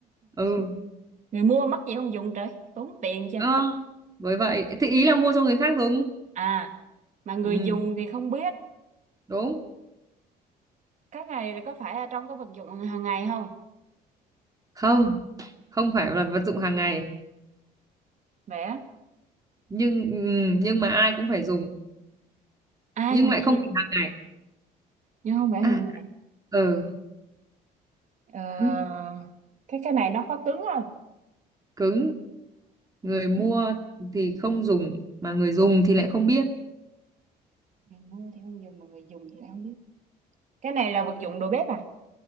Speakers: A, on the right; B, on the right.
A: ừ
B: người mua mắc gì không dùng trời tốn tiền chưa
A: ờ, với vậy thì ý là mua cho người khác đúng
B: à mà người
A: ừ,
B: dùng thì không biết
A: đúng
B: cái này là có phải ở trong cái vật dụng hàng ngày không
A: không không phải là vật dụng hàng ngày
B: vẽ
A: nhưng ừ, nhưng mà ai cũng phải dùng
B: ai
A: nhưng
B: cũng
A: lại
B: phải
A: không
B: dùng
A: phải hàng ngày
B: nhưng không phải
A: à,
B: hàng ngày
A: ừ
B: Ờ,
A: <laughs>
B: cái cái này nó có cứng không
A: cứng người mua
B: Cứng.
A: thì không dùng mà người dùng thì lại không biết
B: người mua thì không dùng mà người dùng thì lại không biết cái này là vật dụng đồ bếp à